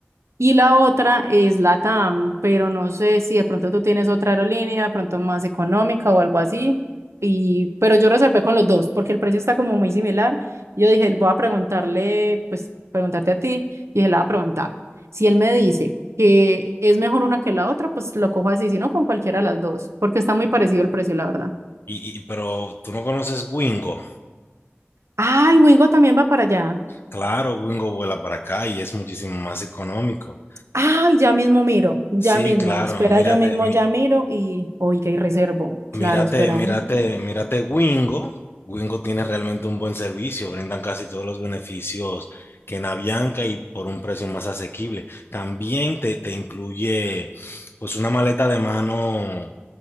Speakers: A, on the right; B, on the left.
A: Y la otra es LATAM, pero no sé si de pronto tú tienes otra aerolínea, de pronto más económica o algo así. Y, pero yo reservé con los dos porque el precio está como muy similar. Yo dije, voy a preguntarle, pues preguntarte a ti. Y dije, le voy a preguntar. Si él me dice que es mejor una que la otra, pues lo cojo así, si no con cualquiera de las dos, porque está muy parecido el precio, la verdad.
B: Y, y- pero tú no conoces Wingo.
A: Ay, Wingo también va para allá.
B: Claro, Wingo vuela para acá y es muchísimo más económico.
A: Ay, ya mismo miro, ya
B: Sí,
A: mismo.
B: claro,
A: Espera,
B: mírate,
A: yo mismo
B: mi-
A: ya miro y, oiga, y reservo. Claro,
B: Mírate,
A: espera,
B: mírate,
A: Wingo.
B: mírate Wingo. Wingo tiene realmente un buen servicio, brindan casi todos los beneficios que en Avianca y por un precio más asequible. También te, te incluye pues una maleta de mano